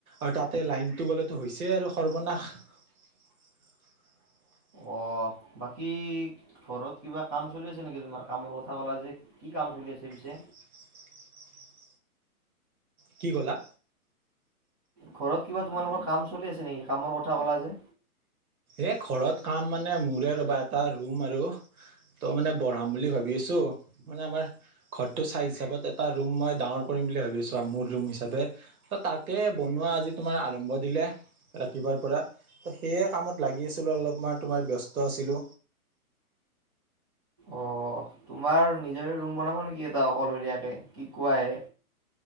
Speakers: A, on the right (about 70°); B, on the right (about 15°).
A: আৰু তাতে লাইনতটো গ'লেতো হৈছেই আৰু সৰ্বনাশ <unintelligible>
B: অ', বাকী ঘৰত কিবা কাম চলি আছে নেকি তোমাৰ কামৰ কথা ক'লা যে কি কাম চলি আছে পিছে
A: <unintelligible> কি ক'লা
B: ঘৰত কিবা তোমালোকৰ কাম চলি আছে নেকি কামৰ কথা কলা যে
A: এ ঘৰত কাম মানে মোৰে ৰবা এটা ৰুম আৰু তই মানে বঢ়াম বুলি ভাবি আছো মানে আমাৰ ঘৰটো চাইজ হিচাপত এটা ৰুম মই ডাঙৰ কৰিম বুলি ভাবিছো আৰু মোৰ ৰুম হিচে তাকে বমি বনোৱা আজি তোমাৰ আৰম্ভ দিলে ৰাতিপুৱাৰ পৰা ত সেয়ে কামত লাগি আছিলো অলপ মান তোমাৰ ব্যস্ত আছিলো
B: অ তোমাৰ নিজৰে ৰুম বনাব নেকি এটা অকলশৰীয়াকে কি কোৱাহে